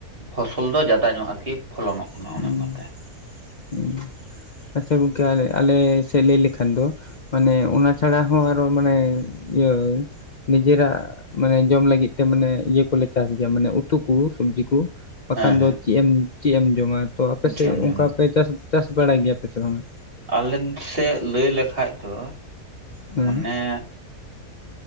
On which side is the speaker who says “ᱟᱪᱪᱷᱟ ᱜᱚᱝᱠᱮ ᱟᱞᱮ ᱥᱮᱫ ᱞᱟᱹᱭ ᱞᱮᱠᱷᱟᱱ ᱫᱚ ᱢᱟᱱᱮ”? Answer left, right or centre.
Left